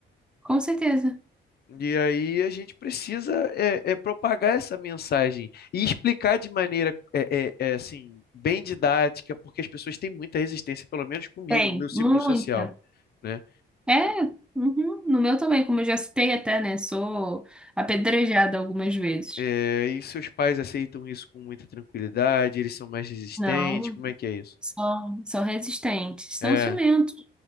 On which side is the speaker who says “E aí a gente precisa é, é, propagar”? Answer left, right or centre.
Left